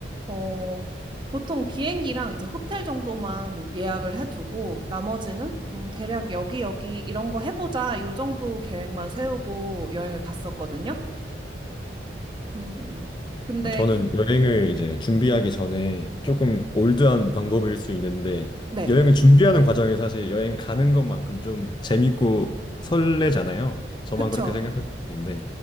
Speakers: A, on the right (about 25°); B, on the left (about 25°).
A: 어, 보통 비행기랑 이제 호텔 정도만 예약을 해두고 나머지는 음, 대략 여기 여기 이런 거 해보자 요 정도 계획만 세우고 여행을 갔었거든요. 음, 근데
B: 저는
A: 그,
B: 여행을 이제 준비하기 전에 조금 올드한 방법일 수 있는데
A: 네,
B: 여행을 준비하는 과정이 사실 여행 가는 것만큼 좀 재밌고 설레잖아요. 저만
A: 그쵸.
B: 그렇게 생각할 수 있는데